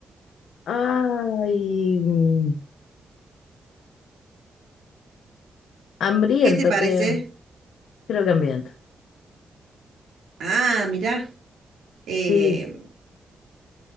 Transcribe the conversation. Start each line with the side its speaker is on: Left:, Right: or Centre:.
Left: Ay, mm, hambriento
Right: ¿Qué te parece?
Left: creo, creo que hambriento.
Right: Ah, mirá. Eh,
Left: Sí,